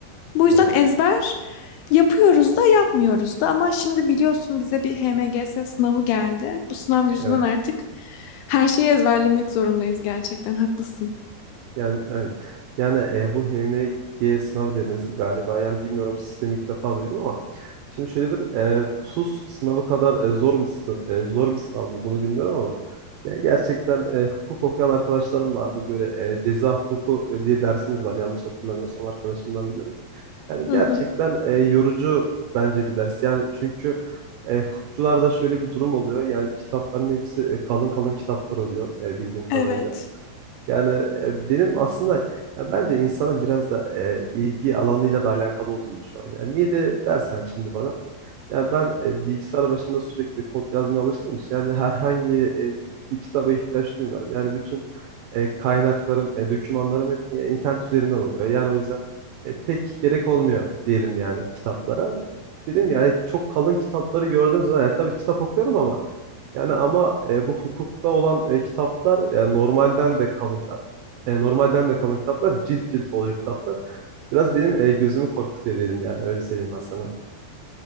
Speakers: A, on the left; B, on the right.
A: Bu yüzden
B: Evet,
A: ezber Yapıyoruz da yapmıyoruz da ama şimdi biliyorsun bize bir HMGS sınavı geldi. Bu sınav yüzünden
B: evet.
A: artık her şeyi ezberlemek zorundayız gerçekten haklısın.
B: Yani evet. Yani e, bu HMG sınavı dediniz galiba. Yani bilmiyorum sistemi ilk defa duydum ama şimdi şöyle bir e, TUS sınavı kadar e, zor mu sı- e, zor bir sınav mı bunu bilmiyorum ama yani gerçekten e, hukuk okuyan arkadaşlarım vardı. Böyle e, ceza hukuku e, diye dersiniz var. Yanlış hatırlamıyorsam arkadaşımdan biliyorum. Yani
A: Hı
B: gerçekten
A: hı.
B: e, yorucu bence bir ders. Yani çünkü e, hukukçularda şöyle bir durum oluyor. Yani kitapların hepsi e, kalın kalın kitaplar oluyor e, bildiğim kadarıyla.
A: Evet.
B: Yani e, benim aslında ya bence insanın biraz da e, ilgi alanıyla da alakalı olduğunu düşünüyorum. Yani niye de dersen şimdi bana. Yani ben e, bilgisayar başında sürekli kod yazmaya alıştığım için yani herhangi e, bir kitaba ihtiyaç duymuyorum. Yani bütün e, kaynaklarım, e, dokümanlarım hep e, internet üzerinden oluyor. Yani o yüzden e, pek gerek olmuyor diyelim yani kitaplara. Dedim ki yani çok kalın kitapları gördüğüm zaman yani tabii kitap okuyorum ama yani ama e, bu hukukta olan e, kitaplar yani normalden de kalın kitap. E, normalden de kalın kitaplar cilt cilt oluyor kitaplar. Biraz benim e, gözümü korkutuyor diyelim yani öyle söyleyeyim ben sana.